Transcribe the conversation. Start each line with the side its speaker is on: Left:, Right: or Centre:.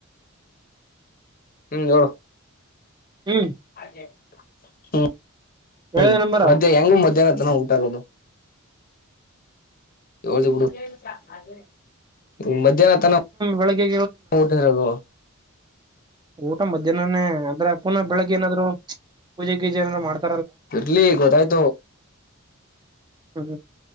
Left: ಹ್ಮ್ ನೋ
Right: ಹ್ಮ್
Left: ಹ ಹ್ಮ
Right: ಹೇಳ್ದೆ ನಂಬರ
Left: ಮತ್ತೆ ಯಂಗ್ ಮಧ್ಯಾಹ್ನ ತನ ಊಂಟಾರದು ಯಳ ಬಿಡಿ <unintelligible> ಮಧ್ಯಾಹ್ನ ತನ
Right: ಬೆಳಗ್ಗೆ
Left: ಊಟ್ ಹೋಗೊದು
Right: ಹ ಮಧ್ಯಾಹನೇ ಆ ಪುನಃ ಬೆಳಗ್ ಏನಾದ್ರು ಪೂಜೆ ಗೀಜ ಏನಲ್ಲ ಮಾಡ್ತಾರೆ
Left: ಇರ್ಲಿ ಗೊತ್ತಾಯ್ತು
Right: ಹ್ಮ್